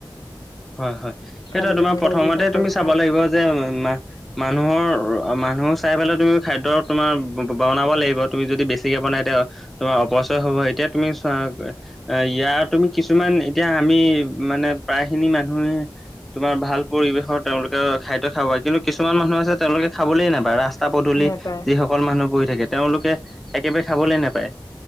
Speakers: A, in the centre; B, on the left.
A: হয়, হয়, সেইটো
B: খাবলৈ
A: তোমাৰ
B: নোপোৱা
A: প্ৰথমতে
B: যিসকল
A: তুমি চাব
B: ধৰা
A: লাগিব যে মানুহৰ মানুহ চাই পেলাই তুমি খাদ্য তোমাৰ বনাব লাগিব তুমি যদি বেছিকে বনাই এতিয়া তোমাৰ অপচয় হব এতিয়া তুমি ইয়াৰ তুমি কিছুমান এতিয়া আমি মানে প্ৰায় খিনি মানুহে। তোমাৰ ভাল পৰিৱেশৰ তেওঁলোকে খাদ্য খাব কিন্তু কিছুমান মানুহ আছে তেওঁলোকে খাবলে নাপায় ৰাস্তা ৰাস্তা পদূলি
B: নাপায়
A: যিসকল মানুহ ব থাকে তেওঁলোকে একেবাৰে খাবলে নোপায়।